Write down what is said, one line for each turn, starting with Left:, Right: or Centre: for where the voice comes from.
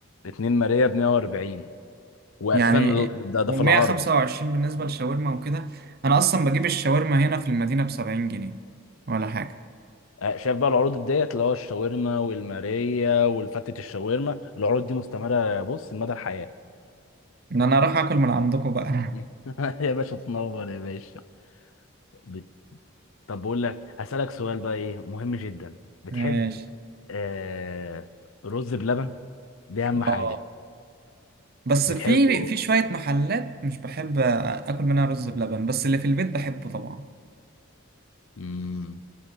Left: اتنين ماريا ب 140 واساسا
Right: يعني
Left: ال- ده, ده
Right: و125
Left: في العرض
Right: بالنسبه للشاورما وكده انا اصلا بجيب الشاورما هنا في المدينه ب 70 جنيه ولا حاجه
Left: آه، شايف بقى العروض ديت اللي هو الشاورما والماريا والفتة الشاورما العروض دي مستمرة بص لمدى الحياة
Right: ان انا اروح اكل من عندكم بقى <laughs>
Left: <laughs> يا باشا تنور يا باشا بت- طب بقول لك هسألك سؤال بقى ايه مهم جدا بتحب
Right: ماشي
Left: آه رز بلبن دي اهم
Right: اه
Left: حاجة
Right: بس
Left: بتحبه
Right: في في شويه محلات مش بحب اكل منها رز بلبن بس اللي في البيت بحبه طبعا
Left: مم.